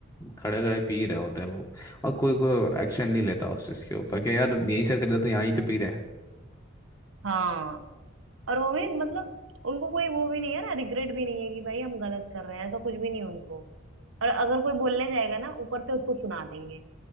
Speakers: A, on the left (about 15°); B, on the right (about 80°).
A: खड़े खड़े पी रहे होते हैं लोग और कोई कोई एक्शन नहीं लेता उस चीज़ के ऊपर कि यार यहीं से खरीदा तो यहाँ ही तो पी रहे हैं
B: हाँ और वो भी मतलब उनको कोई वो भी नहीं है ना रिग्रेट भी नहीं है कि भाई हम गलत कर रहे हैं तो कुछ भी नहीं उनको और अगर कोई बोलने जाएगा ना ऊपर से उसको सुना देंगे